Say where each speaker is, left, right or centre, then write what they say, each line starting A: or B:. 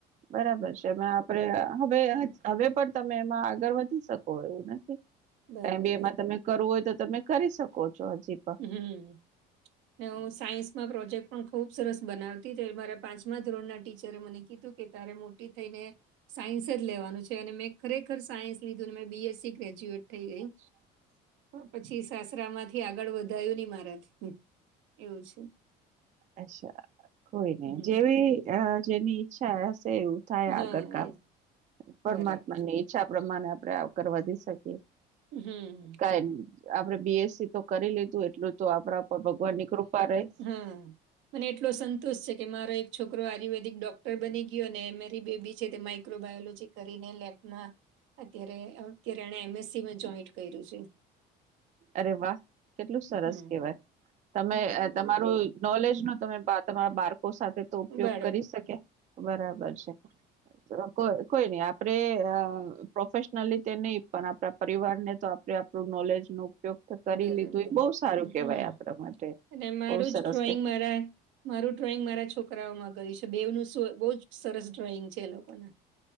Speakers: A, on the right (about 40°); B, on the right (about 70°).
A: બરાબર છે ને આપડે હવે હવે પણ તમે એમાં આગળ વધી શકો એવું નથી
B: બરાબર.
A: કઈ બી એમાં તમે કરવું હોય તો તમે કરી શકો છો હજીપણ
B: હમ ને હું સાયન્સમાં પ્રોજેક્ટ પણ ખુબ સરસ બનાવતી તો એ મારા પાંચમા ધોરણના ટીચરે મને કીધું કે તારે મોટી થઈ ને સાયન્સ જ લેવાનું છે અને મેં ખરેખર સાયન્સ લીધું ને મેં બીએસસી ગ્રેજ્યુએટ થઈ ગઈ.
A: હ <unintelligible>
B: પછી સાસરામાંથી આગળ વધાયું નહી મારાથી એવું છે.
A: અચ્છા કોઈ નહી
B: હમ્મ.
A: જેવી અ જેની ઈચ્છા હશે એવું થાય
B: હા,
A: આગળ કામ
B: એ
A: પરમાત્મા
B: બરાબર.
A: ની ઈચ્છા પ્રમાણે આપણે આવકર વધી શકીએ.
B: હમ
A: કઈ નહી આપડે બીએસસી તો કરી લીધું એટલું તો આપણા ઉપર ભગવાન ની કૃપા રહી
B: હમ મને એટલો સંતોષ છે કે મારો એક છોકરો આયુર્વેદિક ડોક્ટર બની ગયો અને એમેરી બેબી છે તે માઈક્રો બાયોલોજી કરીને લેબમાં અત્યારે અત્યારે એણે એમએસસી મા જોઈન્ટ કર્યું છે.
A: અરે વાહ કેટલું સરસ
B: હમ
A: કેવાય તમે
B: બરાબર
A: એ તમારી નોલેજ નું તમે બા તમારા બાળકો સાથે તો ઉપયોગ
B: બાળક
A: કરી શકે બરાબર છે. કોઈ કોઈ નઈ આપડે અ પ્રોફેશનલી તે નહી પણ આપણા પરિવાર ને તો આપે આપણું નોલેજ નો ઉપયોગ તો કરી
B: બરાબર
A: લીધું એ બહુ સારું કેવાય
B: હમ
A: આપણા માટે
B: અને મારું
A: બઉ સરસ
B: જ ડ્રોઈંગ
A: કેય
B: મારા મારું ડ્રોઈંગ મારા છોકરાઓમાં ગયું છે બેવનું શું બહુ જ સરસ ડ્રોઈંગ છે એ લોકોના